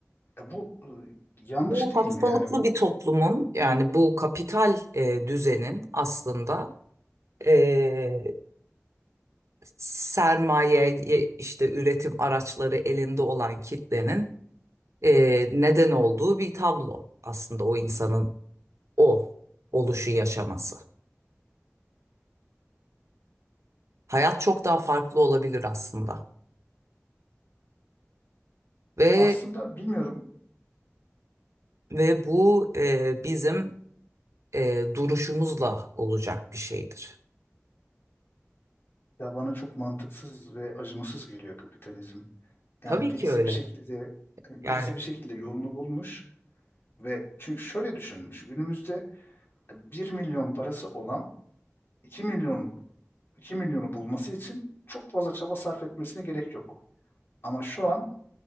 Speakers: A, on the left; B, on the right.
A: E bu e, yanlış
B: Bu
A: değil
B: hastalıklı
A: mi? Yani bu
B: bir toplumun
A: bu
B: yani bu kapital e, düzenin aslında e, sermaye ye- işte üretim araçları elinde olan kitlenin e, neden olduğu bir tablo aslında o insanın o oluşu yaşaması. Hayat çok daha farklı olabilir aslında ve
A: aslında bilmiyorum
B: ve bu e, bizim e, duruşumuzla olacak bir şeydir.
A: ya bana çok mantıksız ve acımasız geliyor kapitalizm. Yani
B: Tabii
A: birisi
B: ki öyle.
A: bir şekilde e,
B: Yani
A: birisi bir şekilde yolunu bulmuş ve çünkü şöyle düşünün. Şu günümüzde bir milyon parası olan 2 milyon 2 milyonu bulması için çok fazla çaba sarf etmesine gerek yok. Ama şu an